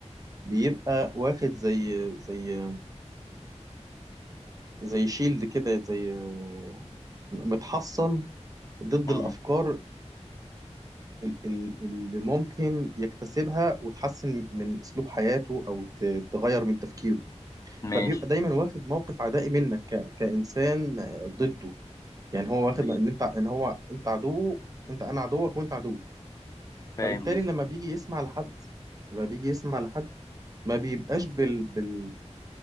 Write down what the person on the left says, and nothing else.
امم
ماشي
طيب.
فاهم
قصدك.